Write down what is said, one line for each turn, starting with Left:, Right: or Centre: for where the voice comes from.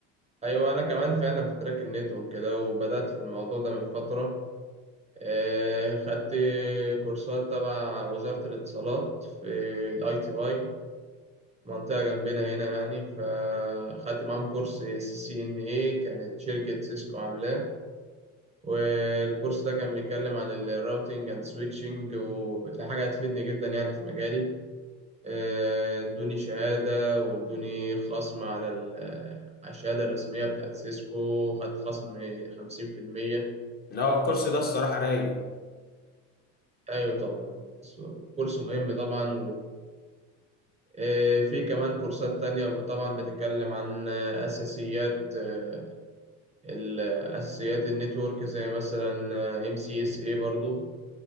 Right: ايوه انا كمان فعلا في تراك النتورك كده وبدات في الموضوع ده من فتره آه، خدت كورسات تبع وزاره الاتصالات في الاي تي اي منطقه جنبنا هنا يعني فخدت معاهم كورس سي سي ان اي كانت شركه سيسكو عاملاه والكورس ده كان بيتكلم عن الراوتينج اند سويتشنج ودي حاجه هتفيدني جدا يعني في مجالي آه، ادوني شهادة وادوني خصم على ال- آه، على الشهادة الرسمية بتاعت سيسكو خدت خصم خمسين في المية
Left: لا هو الكورس ده الصراحه رايق
Right: أيوة طبعا كورس مهم طبعا وفي كمان كورسات تانية طبعا بتتكلم عن آه، أساسيات آه، ال- آه، أساسيات النتورك زي مثلا ام سي اس اي برضو